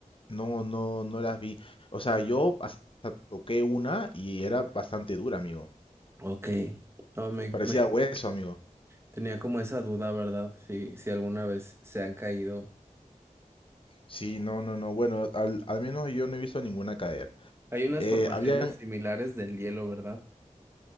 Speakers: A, on the left (about 40°); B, on the right (about 20°).
A: No, no, no las vi. O sea, yo hasta toqué una y era bastante dura, amigo.
B: Ok. No, me, me-
A: Parecía hueso, amigo.
B: tenía como esa duda, ¿verdad? Si, si alguna vez se han caído.
A: Sí, no, no, no. Bueno, al, al menos yo no he visto ninguna caer.
B: Hay unas
A: Eh,
B: formaciones
A: habían,
B: similares del hielo, ¿verdad?